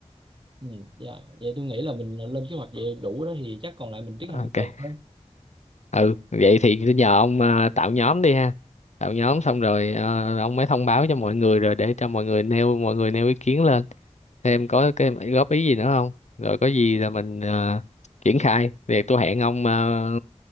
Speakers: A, on the right (about 45°); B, on the left (about 70°).
A: Ừ. Dạ. Vậy tôi nghĩ là mình lên kế hoạch vậy đủ đó thì chắc còn lại mình tiến hành
B: ok
A: từ từ thôi.
B: ừ vậy thì cứ nhờ ông à, tạo nhóm đi ha tạo nhóm xong rồi ờ, ông mới thông báo cho mọi người rồi để cho mọi người nêu mọi người nêu ý kiến lên thêm có cái góp ý gì nữa không rồi có gì là mình ờ, triển khai thì tôi hẹn ông ờ,